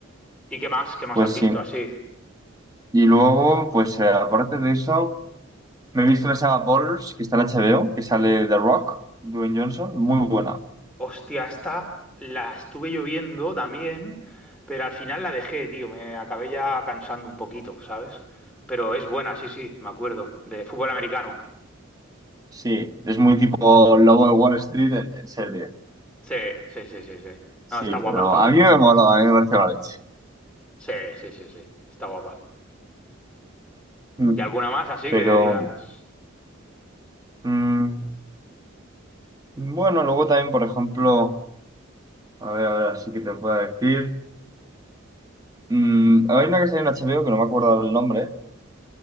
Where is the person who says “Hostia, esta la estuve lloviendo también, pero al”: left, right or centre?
Centre